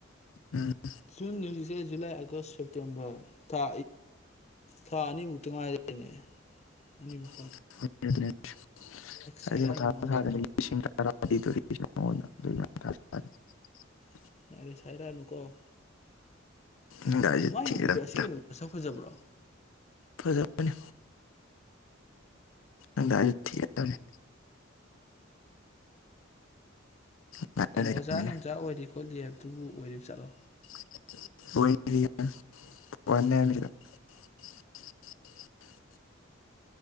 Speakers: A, on the left; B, on the left.
A: ꯎꯝ
B: ꯖꯨꯟ ꯅꯖꯤꯁ ꯨꯂꯥꯏ ꯑꯒꯁ ꯁꯦꯞꯇꯦꯝꯕꯔ ꯊ ꯊꯥꯅꯤꯃꯨꯛꯇꯉꯥꯏꯔꯦꯅꯦ ꯑꯅꯤꯃꯛ
A: ꯔ
B: ꯁꯥꯏꯔꯛꯑꯅꯨ ꯑꯩꯉꯣꯟꯗ
A: <unintelligible>
B: ꯌꯥꯔ‌ꯦ ꯁꯥꯏꯔ ꯅꯨꯀ‌ꯣ
A: ꯅꯪꯗ ꯑꯩꯁꯨ
B: ꯃꯥꯏ
A: ꯊꯤꯒꯗꯕꯅꯤꯗ
B: ꯅꯨꯄꯤꯗꯣ ꯑꯁ‌ꯦꯡꯝꯕꯗ ꯃꯁꯛ ꯐꯖꯕ꯭ꯔꯣ
A: ꯐꯖꯕꯅꯤ ꯑꯗꯥꯁꯨ ꯊꯤꯒꯗꯕꯅꯤ ꯉꯥꯏ
B: ꯑꯩꯅ
A: ꯂꯩꯔꯝꯃꯤꯅꯦ
B: ꯑꯣꯖꯥ ꯅꯨꯡꯖꯥ ꯑꯣꯏꯔꯤ ꯈꯣꯠꯂꯤ ꯍꯥꯏꯕ ꯑꯗꯨꯕꯨ ꯑꯣꯏꯔꯤꯕ ꯖꯠꯂꯣ
A: <unintelligible>